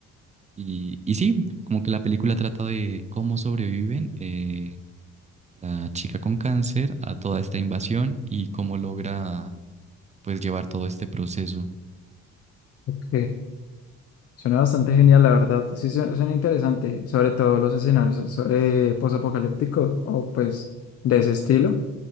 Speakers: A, on the right; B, on the left.
A: Y, y sí, como que la película trata de cómo sobreviven eh, la chica con cáncer a toda esta invasión y cómo logra pues llevar todo este proceso.
B: Ok, suena bastante
A: Ok.
B: genial, la verdad. Sí, su- suena interesante, sobre todo los escenarios so- so-, eh, posapocalípticos o pues de ese estilo.